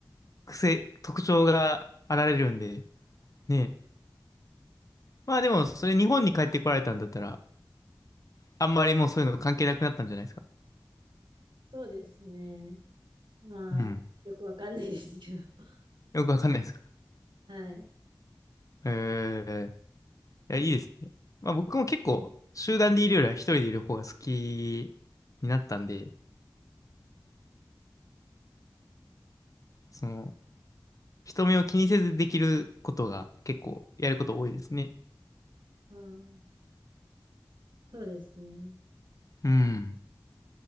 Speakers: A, on the left (about 45°); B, on the right (about 85°).
A: 癖、特徴があられるんで、ね。まあでも、それ日本に帰ってこられたんだったら、あんまりもうそういうの関係なくなったんじゃないですか。
B: そうですね。まあ、
A: うん。
B: よくわかんないですけど。<laughs>
A: よくわかんないですか。
B: はい。
A: へえや、いいですね。まあ僕も結構、集団でいるよりは一人でいる方が好きになったんで、その、人目を気にせずできることが結構やること多いですね。
B: うん、そうですね。
A: うん。